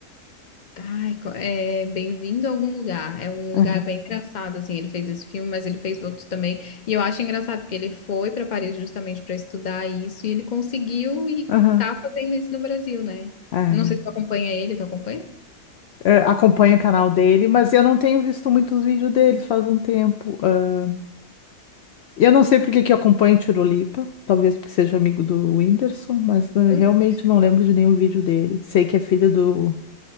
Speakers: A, on the left; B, on the left.
A: Ai, co- é Bem-vindo a algum lugar. É um
B: Aham,
A: lugar bem engraçado, assim. Ele fez esse filme, mas ele fez outros também. E eu acho engraçado porque ele foi para Paris justamente para estudar isso e ele conseguiu e
B: aham,
A: tá fazendo isso no Brasil, né?
B: é.
A: Não sei se tu acompanha ele, tu acompanha?
B: É, acompanho o canal dele, mas eu não tenho visto muitos vídeos dele faz um tempo. Ah, eu não sei por que que eu acompanho o Tirolipa, talvez porque seja amigo do Whindersson, mas né,
A: Putz,
B: realmente não lembro de nenhum vídeo dele. Sei que é filho do.